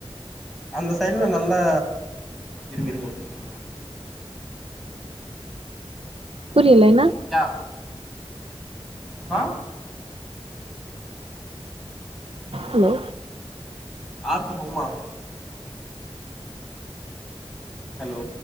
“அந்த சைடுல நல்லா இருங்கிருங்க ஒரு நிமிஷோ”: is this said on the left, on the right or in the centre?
Centre